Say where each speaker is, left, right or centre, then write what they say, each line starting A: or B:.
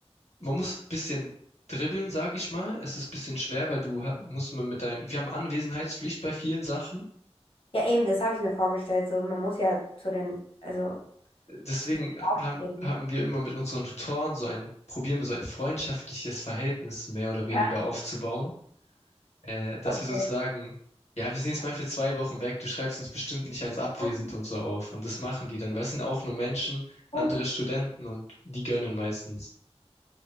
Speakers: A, on the left; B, on the left.
A: man muss ein bisschen dribbeln, sage ich mal. Es ist ein bisschen schwer, weil du ha- musst man mit deinen, wir haben Anwesenheitspflicht bei vielen Sachen.
B: Ja, eben, das habe ich mir vorgestellt. So, man muss ja zu den, also
A: Deswegen
B: zu den Auftritten.
A: haben, haben wir immer mit unseren Tutoren so ein, probieren wir so ein freundschaftliches Verhältnis mehr oder
B: Ja,
A: weniger aufzubauen, äh, dass
B: okay.
A: wir sozusagen, ja, wir sind jetzt mal für zwei Wochen weg, du schreibst uns bestimmt nicht als abwesend
B: Ah,
A: und so auf. Und das machen die dann, weil es sind auch nur Menschen, andere
B: nice.
A: Studenten und die gönnen meistens.